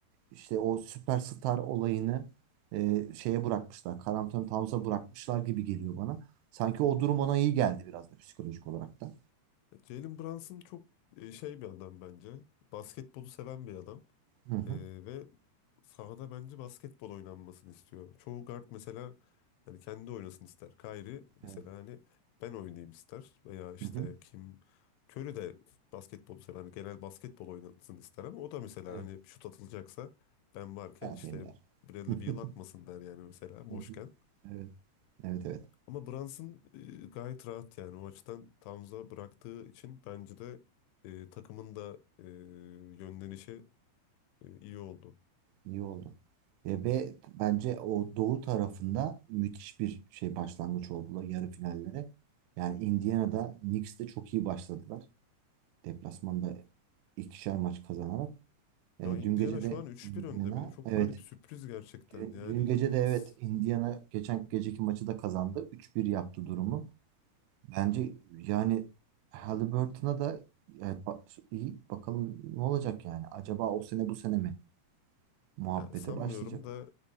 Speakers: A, on the right; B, on the left.
A: işte o süperstar olayını e, şeye bırakmışlar. Karl Anthony Towns'a bırakmışlar gibi geliyor bana. Sanki o durum ona iyi geldi biraz da psikolojik olarak da.
B: Jalen Brunson çok e, şey bir adam bence. Basketbolu seven bir adam.
A: Hı hı.
B: E, ve Sahada bence basketbol oynanmasını istiyor. Çoğu guard mesela hani kendi oynasın ister. Kyrie mesela
A: Evet.
B: hani ben oynayayım ister veya işte
A: Hı hı.
B: kim Curry de basketbolu sever. Hani genel basketbol oynansın ister ama o da mesela
A: Evet.
B: hani şut atılacaksa ben varken
A: Hayat
B: işte
A: Ender.
B: Bradley
A: <laughs>
B: Beal atmasın der yani mesela boşken.
A: Hı hı. Evet. Evet evet.
B: Ama Brunson e, gayet rahat yani o açıdan Towns'a bıraktığı için bence de e, takımın da e, yönlenişi e, iyi oldu.
A: İyi oldu. E, ve bence o doğu tarafında müthiş bir şey başlangıç oldular yarı finallere. Yani Indiana'da Knicks'te çok iyi başladılar. Deplasmanda ikişer maç kazanarak. E,
B: Ya Indiana
A: dün gece de
B: şu an üç
A: Indiana
B: bir önde bir de. Çok
A: evet
B: garip sürpriz gerçekten.
A: dün,
B: Yani
A: dün
B: inanılmaz.
A: gece de evet Indiana geçen geceki maçı da kazandı. üç bir yaptı durumu. Bence yani Halliburton'a da yani ba- iyi bakalım ne olacak yani. Acaba o sene bu sene mi muhabbete
B: Ya sanmıyorum
A: başlayacak
B: da
A: mı?